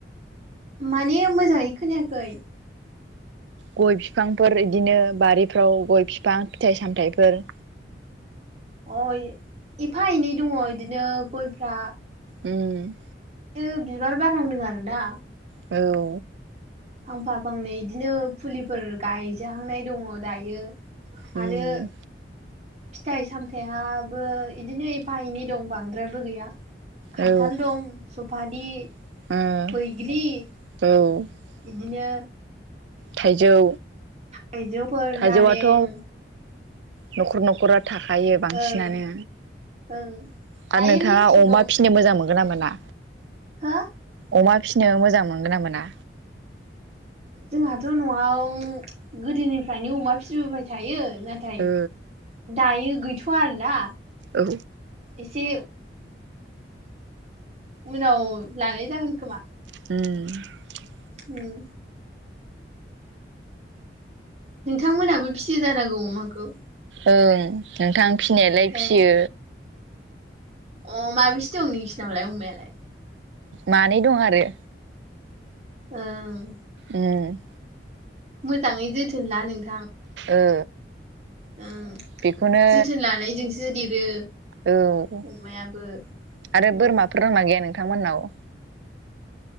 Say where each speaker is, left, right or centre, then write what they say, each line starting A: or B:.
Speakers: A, on the right; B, on the right.
A: माने मोजाङै खोनायाखै?
B: गय बिफांफोर बिदिनो बारिफ्राव गय बिफां फिथाइ सामथायाइफोर
A: अ एफा एनै दङ बिदिनो गयफ्रा
B: ओम
A: बियो बिबार बारहांदों आरो ना
B: औ
A: फांफा फांनै बिदिनो फुलिफोर गायजाहांनाय दङ दायो।
B: उम
A: आरो फिथाइ सामथाइयाबो इदिनो एफा एनै दं बांद्रायबो गैया। खान्थाल
B: औ
A: दं सफारि
B: ओ
A: बैग्रि
B: औ
A: बिदिनो
B: थाइजौ
A: थाइजौफोर
B: थाइजौआथ'
A: नारें
B: न'खर न'खरा थाखायो बांसिनानो।
A: ओं ओं
B: आरो
A: दायो
B: नोंथाङा
A: लिसु
B: अमा
A: दं
B: फिसिनो मोजां मोनगोन ना मोना?
A: हो
B: अमा फिसिनो मोजां मोनगोन ना मोना?
A: जोंहाथ' न'आव गोदोनिफ्रायनो अमा फिसिबोबाय थायो। नाथाय
B: ओ
A: दायो गैथ'वा आरोना
B: औ
A: एसे उनाव लांनाय जागोन खोमा।
B: ओम
A: ओम नोंथांमोनहाबो फिसि जानांगौ अमाखौ?
B: ओं नोंथां फिसिनायालाय फिसियो
A: ए अ माबेसे दं नोंसिनावलाय अमायालाय?
B: मानै दं आरो
A: ओं
B: ओम
A: मोजांङै जोथोन ला नोंथां।
B: ओ
A: ओं
B: बेखौनो
A: जोथोन लानायजोंसो देरो।
B: औ
A: अमायाबो
B: आरो
A: उम
B: बोरमाफोर दंना गैया नोंथांमोननाव?